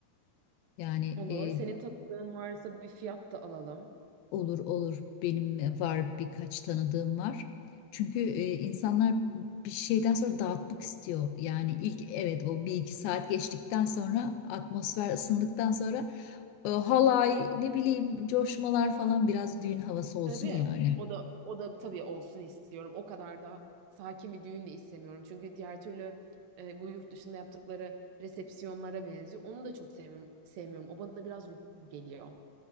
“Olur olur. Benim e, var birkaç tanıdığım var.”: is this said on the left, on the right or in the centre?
Left